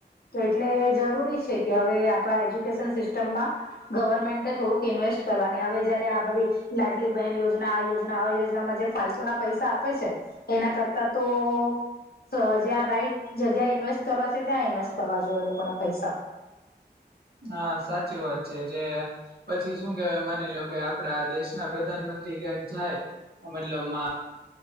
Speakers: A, on the left; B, on the right.
A: -તો એટલે જરૂરી છે કે, હવે આપણા એજ્યુકેશન સિસ્ટમમાં- -ગવર્મેન્ટ થોડુંક ઈન્વેસ્ટ કરવાની, હવે જયારે આ બધી લાડલી બહેન યોજના, આ યોજના આ યોજનામાં જે ફાલતું- -ના પૈસા આપે છે. એના કરતા તો- -જ્યાં રાઈટ જગ્યા ઇન્વેસ્ટ કરવા છે, ત્યાં ઇન્વેસ્ટ કરવા જોઈએ એ લોકોના પૈસા.
B: હા, સાચી વાત છે કે જે- પછી શું કેવાય, માની લો કે આપડા દેશના પ્રધાનમંત્રી ક્યાંક જાય મતલબમા-